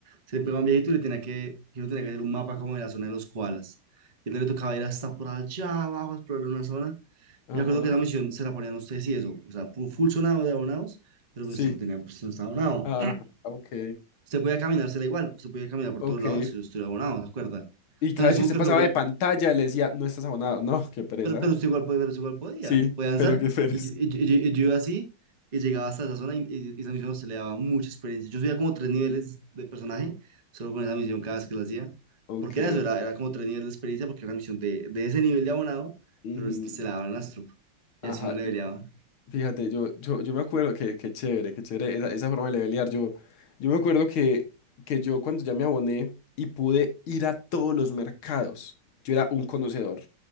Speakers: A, on the right (about 30°); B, on the left (about 85°).
A: Se le pegaba un viejito y le tenía que, y uno tenía que hacer un mapa como de la zona de los koalas. Y entonces le tocaba ir hasta por allá abajo a explorar una zona
B: Ajá.
A: Yo creo que esa misión se la ponían a ustedes y eso, o sea, fu- full sonado de abonados, pero
B: Sí.
A: pues usted no tenía, pues no estaba abonado.
B: Ah, ok.
A: Usted podía caminársela igual, usted podía caminar por
B: Ok.
A: todos lados si usted era abonado, ¿se acuerda?
B: Y
A: O
B: cada
A: sea, no es
B: vez
A: como
B: que usted
A: que
B: pasaba
A: el juego,
B: de pantalla le decía, no estás abonado. No, qué pereza.
A: pero, pero usted igual podía, usted igual podía,
B: Sí,
A: podía avanzar.
B: pero qué <laughs> pereza.
A: Y yo, y yo- y yo- y yo iba así y llegaba hasta esa zona y, y- y esa misión se le daba mucha experiencia. Yo subía como tres
B: Ujú.
A: niveles de personaje solo con esa misión cada vez que la hacía,
B: Ok.
A: porque era eso, era, era como tres niveles de experiencia porque era una misión de, de ese nivel de abonado,
B: Ujú.
A: pero es- se la daban las tropas y
B: Ajá.
A: así no le peleaba.
B: Fíjate, yo, yo, yo me acuerdo que, que chévere, que chévere esa, esa forma de levelear. Yo, yo me acuerdo que, que yo cuando ya me aboné y pude ir a todos los mercados, yo era un conocedor.